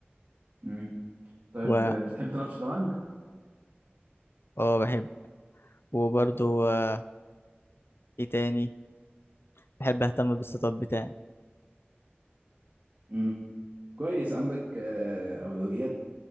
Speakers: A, on the right; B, on the left.
A: امم طيب
B: و
A: آه، بتحب تلعب شطرنج
B: اه بحب وبرضو آه، إيه تاني بحب أهتم بالسيت اب بتاعي
A: امم كويس عندك آه، اولويات